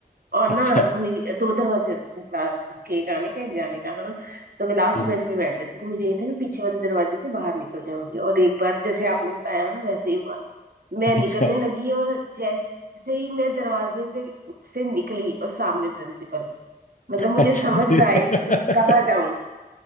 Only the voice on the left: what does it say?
अच्छा
हम्म,
अच्छा
अच्छा
फिर-